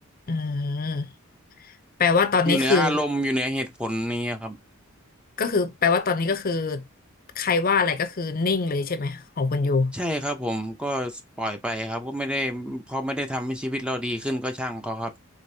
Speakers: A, on the left; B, in the centre.
A: อืมแปลว่าตอนนี้คือ
B: อยู่เหนืออารมณ์อยู่เหนือเหตุผลนี้ยครับ
A: ก็คือแปลว่าตอนนี้ก็คือใครว่าอะไรก็คือนิ่งเลยใช่ไหมของคุณยู
B: ใช่ครับผมก็ปล่อยไปครับก็ไม่ได้พอไม่ได้ทำให้ชีวิตเราดีขึ้นก็ช่างเขาครับ